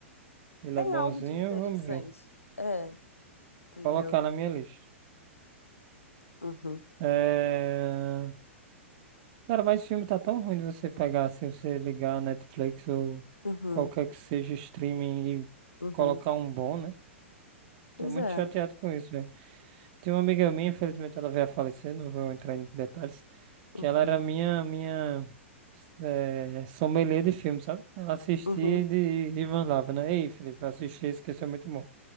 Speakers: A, on the right; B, on the left.
A: Ele
B: Tem
A: é bonzinho,
B: algo de interessante.
A: vamos ver.
B: É, entendeu?
A: Colocar na minha lista.
B: Uhum,
A: É... Cara, mas esse filme tá tão ruim de você pegar assim, você ligar a Netflix ou
B: uhum,
A: qualquer que seja streaming e
B: uhum.
A: colocar um bom, né? Tô
B: Pois
A: muito
B: é.
A: chateado com isso, velho. Tem uma amiga minha, infelizmente ela veio a falecer, não vou entrar em detalhes, que
B: Uhum,
A: ela era minha, minha é, sommelier de filme, sabe? Ela assistia
B: uhum,
A: e de, e mandava, né? Ei, Felipe, assisti esse que esse é muito bom.